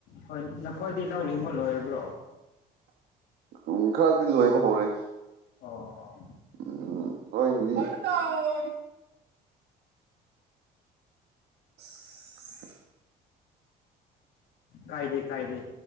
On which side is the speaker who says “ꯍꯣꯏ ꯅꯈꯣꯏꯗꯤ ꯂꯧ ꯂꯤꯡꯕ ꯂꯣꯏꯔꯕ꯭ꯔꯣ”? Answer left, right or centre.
Left